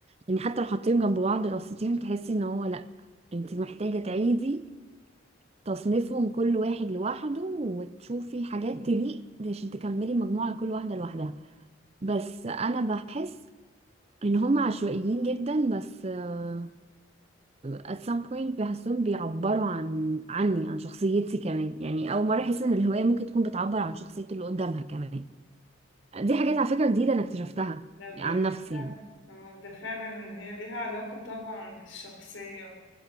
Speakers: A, on the right; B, on the left.
A: يعني حتى لو حطيتهم جنب بعض رصيتيهم تحسي إن هو انت محتاجة تعيدي تصنيفهم كل واحد لوحده وتشوفي حاجات تليق عشان تكملي مجموعة لكل واحدة لوحدها بس أنا بحس إن هم عشوائيين جدا بس آه، at some point بحسهم بيعبروا عن عني عن شخصيتي كمان يعني أول مرة أحس إن الهواية ممكن تكون بتعبر عن شخصية اللي قدامها كمان دي حاجات على فكرة جديدة أنا اكتشفتها
B: لا بس
A: عن نفسي
B: ده فعلا
A: يعني
B: اه ده فعلا ان هي ليها علاقة طبعا بالشخصية